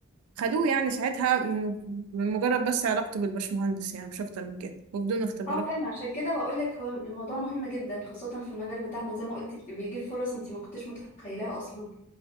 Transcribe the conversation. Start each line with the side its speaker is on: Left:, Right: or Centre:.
Right: خدوه يعني ساعتها من من مجرد بس علاقته بالبشمهندس يعني مش اكتر من كده وبدون اختبارات
Left: اه فعلا عشان كده بقول لك هو الموضوع مهم جدا خاصة في المجال بتاعنا زي ما قلتي بيجيب فرص انت ما كنتش متخيلاها اصلا